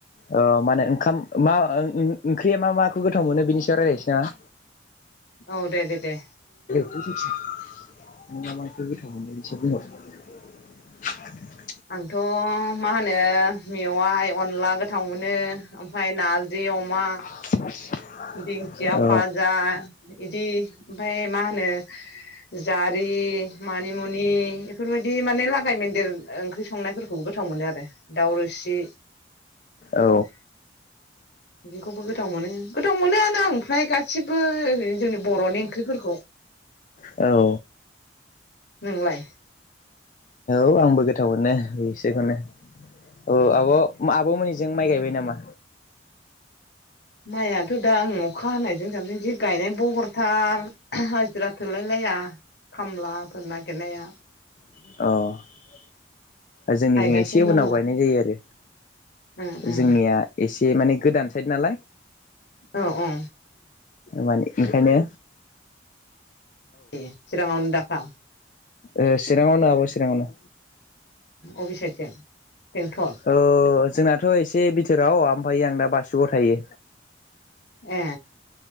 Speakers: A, on the left (about 40°); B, on the left (about 55°).
A: ओ माने ओंखाम मा ओ ओव ओंख्रिया मा माखौ गोथाव मोनो बिनि सायाव रायलायनोसै नामा
B: औ दे-दे-दे
A: <unintelligible>
B: आंथ' मा होनो मेवाइ अनला गोथाव मोनो ओमफाय नारजि अमा
A: <inaudible>
B: दिंखिया
A: औ
B: फाजा इदि ओमफाय मा होनो जारि मानिमुनि एफोरबायदि माने लागाय मोनदेर ओंख्रि संनायफोर खौ गोथाव मोनो आरो दाउ रोसि फोरखौ
A: औ
B: जेखौबो गोथाव मोनो गोथाव मोनोआनो ओमफ्राय गासिबो ओरैनो जोंनि बर'नि ओंख्रिफोरखौ
A: औ
B: नोंलाय?
A: औ आंबो गोथाव मोनो बेखौनो औ आब' आब'मोननिजों माइ गायबाय नामा?
B: माइआथ' दा आं अखा हानायजों जाबजों जि गायनाय बहरथार हाजिरा थोलायलाया खामलाफोर नागिरनाया
A: औ जोंनिजों
B: गायगासिनो
A: एसे उनाव गायनाय जायो आरो
B: दङ उम उम
A: जोंनिया एसे माने गोदान साइद नालाय
B: औ औ
A: मानि ओंखायनो
B: <unintelligible> हा
A: ए चिराङावनो आब' चिराङावनो
B: अबे साइडखै बेंटन
A: ओ जोंनाथ' एसे बिथोराव आमफाय आं दा बासुगाव थायो
B: ए